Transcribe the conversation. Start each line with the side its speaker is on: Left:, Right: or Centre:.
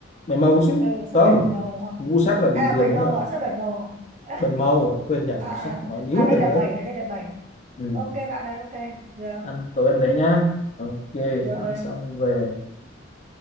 Left: bảy màu chứ
Right: ừ, sơn
Left: không
Right: bảy màu hoặc
Left: ngũ sắc là bình
Right: à
Left: thường
Right: bảy
Left: đấy
Right: màu
Left: là
Right: à sơn bảy màu à <laughs>
Left: bảy màu quên nhỉ
Right: à
Left: ngũ
Right: à,
Left: sắc nó líu
Right: à đây
Left: cả nữa
Right: là bảy
Left: ấy.
Right: à đây là bảy
Left: ừ.
Right: ok bạn ơi ok được
Left: ăn tối ăn đấy nhá ok
Right: rồi
Left: ăn xong về